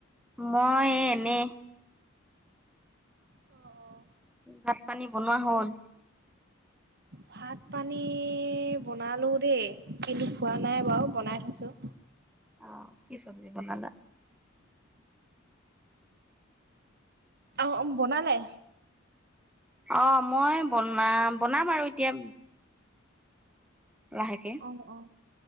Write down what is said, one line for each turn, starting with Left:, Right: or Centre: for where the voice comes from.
Centre: মই, এ এনেই।
Right: অ'
Centre: ভাত পানী বনোৱা হ'ল।
Right: ভাত পানী বনালোঁ দেই কিন্তু খোৱা নাই বাৰু বনাই থৈছোঁ।
Centre: অ', কি চব্জি বনালা?
Right: অ' বনালে
Centre: অ', মই বনা- বনাম আৰু এতিয়া। লাহেকে,
Right: অ অ